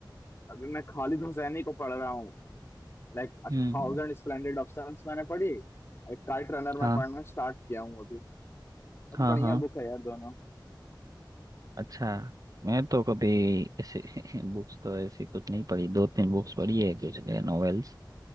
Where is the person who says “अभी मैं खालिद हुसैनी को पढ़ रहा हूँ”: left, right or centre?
Left